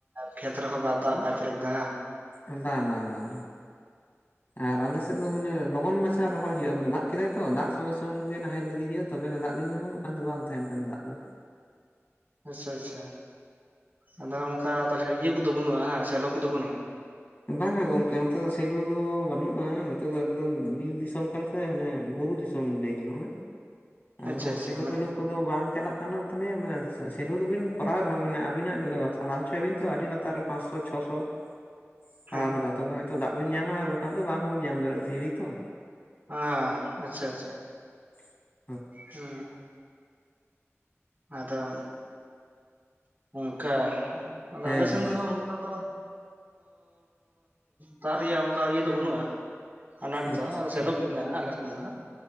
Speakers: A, on the right; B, on the left.
A: ᱠᱷᱮᱛ ᱨᱮᱦᱚᱸ ᱫᱟᱜ ᱵᱟᱭ ᱯᱮᱨᱮᱡ ᱮᱫᱟ᱾
B: ᱵᱟᱝ ᱵᱟᱝ ᱵᱟᱝ ᱵᱟ ᱟᱨ ᱟᱞᱮ ᱥᱮᱫ ᱫᱚ ᱢᱟᱱᱮ ᱞᱚᱜᱚᱱ ᱢᱟᱪᱷᱟ ᱨᱚᱦᱚᱭ ᱦᱳᱭᱳᱜᱼᱟ ᱢᱟᱱᱮ ᱫᱟᱜ ᱠᱮᱫᱟᱭ ᱛᱚ ᱫᱟᱜ ᱥᱚᱝᱜᱮ ᱥᱚᱝᱜᱮ ᱱᱟᱦᱮᱞ ᱤᱫᱤ ᱦᱳᱭᱳᱜᱼᱟ ᱛᱚᱵᱮ ᱚᱱᱟ ᱫᱟᱜ ᱵᱤᱱ ᱧᱟᱢᱟ ᱵᱟ ᱠᱷᱟᱱ ᱫᱚ ᱵᱟᱝ ᱛᱟᱦᱮᱱ ᱠᱟᱱᱟ ᱫᱟᱜ ᱫᱚ,
A: ᱟᱪᱪᱷᱟ ᱟᱪᱪᱷᱟ, ᱟᱫᱚ ᱚᱝᱠᱟ ᱛᱟᱦᱚᱞᱮ ᱤᱭᱟᱹ ᱠᱚᱫᱚ ᱵᱟᱹᱱᱩᱜᱼᱟ ᱦᱮᱸ ᱥᱮᱞᱚ ᱠᱚᱫᱚ ᱵᱟᱹᱱᱩᱜᱼᱟ?
B: ᱵᱟᱝᱼᱟ ᱜᱚᱢᱠᱮ ᱱᱚᱛᱮ ᱫᱚ ᱥᱮᱞᱩ ᱫᱚ ᱵᱟᱹᱱᱩᱜᱼᱟ ᱱᱚᱛᱮ ᱫᱚ ᱮᱠᱫᱚᱢ ᱵᱤᱨ ᱫᱤᱥᱚᱢ ᱠᱟᱱᱟ ᱾ ᱥᱮ ᱦᱟᱱᱮ ᱵᱩᱨᱩ ᱫᱤᱥᱚᱢ ᱞᱟᱹᱭ ᱜᱟᱱᱚᱜᱼᱟ
A: <unintelligible>
B: ᱾ ᱟᱫᱚ
A: ᱟᱪᱪᱷᱟ
B: ᱦᱟᱸᱜ
A: ᱟᱪᱪᱷᱟ
B: ᱥᱮᱞᱳᱢᱮᱞᱳ,
A: ᱢᱟᱱᱮ
B: ᱠᱚᱫᱚ ᱵᱟᱝ ᱪᱟᱞᱟᱜ ᱠᱟᱱᱟ ᱛᱟᱞᱮᱭᱟ ᱢᱟᱱᱮ ᱥᱮᱞᱩ ᱫᱩᱵᱤᱱ ᱠᱚᱨᱟᱣ ᱨᱮᱦᱚᱸ ᱢᱟᱱᱮ ᱟᱹᱵᱤᱱᱟᱜ <inaudible> ᱦᱚᱪᱚᱭᱟᱵᱤᱱ ᱛᱚ ᱟᱹᱰᱤ ᱞᱟᱛᱟᱨ, ᱯᱟᱸᱥᱥᱚ ᱪᱷᱚᱥᱚ, ᱛᱟᱲᱟᱣ
A: ᱦᱮᱸ
B: ᱞᱟᱜᱟᱜᱼᱟ ᱛᱚᱵᱮ ᱦᱚᱭᱛᱳ ᱫᱟᱜ ᱵᱤᱱ ᱧᱟᱢᱟ ᱟᱨ ᱵᱟᱠᱷᱟᱱ ᱫᱚ ᱵᱟᱝ ᱦᱚᱸᱵᱤᱱ ᱧᱟᱢ ᱫᱟᱲᱮᱭᱟᱜᱼᱟ, ᱫᱷᱤᱨᱤ ᱛᱚ
A: ᱟᱻ ᱟᱪᱪᱷᱟ ᱟᱪᱪᱷᱟ,
B: <unintelligible>
A: ᱦᱮᱸ, ᱟᱫᱚ ᱚᱝᱠᱟ, ᱟᱫᱚ
B: ᱦᱮᱸ
A: ᱟᱞᱮ ᱮᱥᱱ
B: ᱦᱮᱸ
A: ᱫᱚᱦᱚ
B: ᱦᱮᱸ
A: ᱫᱚ ᱵᱟ ᱫᱟᱜ ᱨᱮᱭᱟᱜ ᱚᱝᱠᱟ ᱤᱭᱟᱹ ᱫᱚ ᱵᱟᱹᱱᱩᱜᱼᱟ, ᱟᱱᱟᱴ ᱫᱚ
B: ᱟᱪᱪᱷᱟ ᱟᱪᱪᱷᱟ
A: ᱥᱮᱞᱳ ᱠᱚ ᱢᱮᱱᱟᱜᱼᱟ ᱟᱞᱮ ᱥᱮᱱ ᱫᱚ ᱦᱟᱸᱜ,